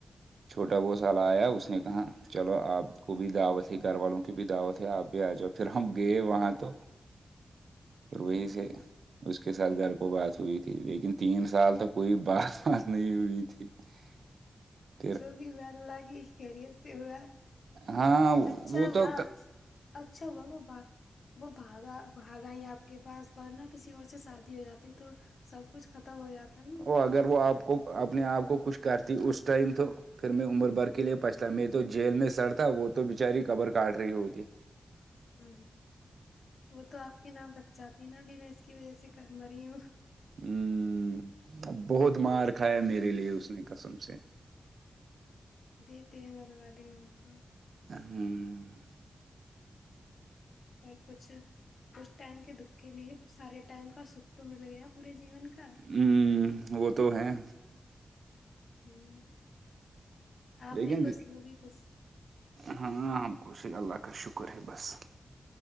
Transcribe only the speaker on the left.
ہوں
جو بھی ہوا ال لاگی کیریئر سے ہوا
اچھا
ہوا اچھا ہوا وہ بار وہ بھاگا بھاگا ہی آپ کے پاس ورنہ کسی اور سے شادی ہو جاتی تو سب کچھ ختم ہو جاتا ہے نا
ہ وہ تو آپ کے نام رکھ جاتی نا کہ میں اس کی وجہ سے کر م رہی ہوں
ہوں
دتے یہ زر ج م تو
کو کچھ اس ٹائم کے دکھ کے نہیں سارے ٹائم کا سکھ تو مل گیا پورے جیون کا
ہ آپ
بھی کھ وہ بھی کھ